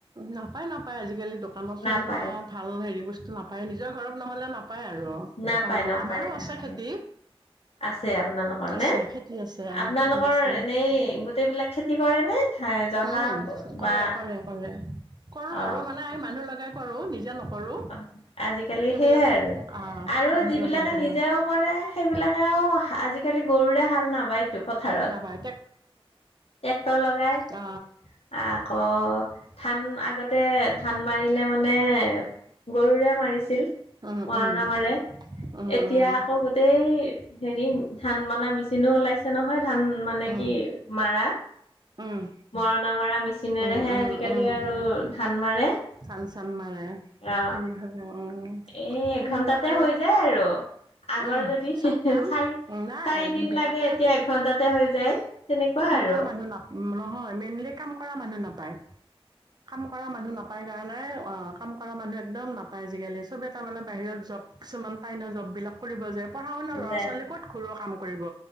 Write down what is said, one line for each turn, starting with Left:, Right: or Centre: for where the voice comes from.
Right: নাপাই নাপাই আজিকালি দোকানত সেনেকুৱা
Left: নাপায়
Right: ভাল হেৰি বস্তু নাপাই নিজৰ ঘৰত নহ'লে নাপায় আৰু,
Left: নাপায়
Right: অ
Left: নাপায়
Right: আমাৰো আছে
Left: নাপায়
Right: খেতি
Left: আছে আপোনালোকৰ
Right: আছে
Left: নে
Right: খেতি আছে অ
Left: আপোনালোকৰ
Right: খেতি আছে।
Left: এনেই গোটেইবিলাক খেতি কৰে নে? ধান জহা
Right: উম
Left: বা
Right: কৰে কৰে কৰে কৰো
Left: অ
Right: আৰু মানে মানুহ লগাই কৰো নিজে নকৰো।
Left: অ আজিকালি
Right: সেইবিলাক
Left: সেইয়াই আৰু,
Right: অ',
Left: আৰু
Right: মানুহ
Left: যিবিলাকে
Right: লগাই কৰো
Left: নিজেও কৰে সেইবিলাকেও আজি কালি গৰুৰে হাল নাবায়টো পথাৰত,
Right: নাপায়
Left: টেক্টৰ লগাই
Right: অ।
Left: আকৌ ধান আগতে, ধান মাৰিলে মানে গৰুৰে মাৰিছিল
Right: উম
Left: মৰণা
Right: উম
Left: মাৰে,
Right: উম
Left: এতিয়া আকৌ গোটেই হেৰি, ধান মনা মেচিনো ওলাইছে নহয় ধান মানে
Right: উম
Left: কি মাৰা
Right: উম
Left: মৰণা মৰা মেচিনেৰেহে
Right: উম উম উম
Left: আজিকালি
Right: উম
Left: আৰু ধান মাৰে।
Right: ধান চান মাৰে।
Left: অ,
Right: হেৰি হ'ব উম
Left: এই
Right: সেইবিলাক
Left: এঘন্টাতে
Right: আৰু
Left: হৈ যায় আৰু। আগৰ
Right: উম
Left: যদি হিঁ
Right: চব
Left: হিঁ
Right: কাম
Left: চাৰি
Right: নাই
Left: চাৰি দিন
Right: বিশেষকে
Left: লাগে এতিয়া একঘন্টাতে হৈ যায়। তেনেকুৱা
Right: কাম
Left: আৰু
Right: কৰা মানুহ নাপ নহয় মেইনলি কাম কৰা মানুহ নাপায়। কাম কৰা মানুহ নাপায় কাৰণে, অ কাম কৰা মানুহ একদম নাপায় আজিকালি চবে তাৰ মানে বাহিৰত জব কিছুমান পাই নহয় জব বিলাক। কৰিব যায়, পঢ়া শুনা ল'ৰা
Left: দে
Right: ছোৱালী ক'ত ঘৰুৱা কাম কৰিব।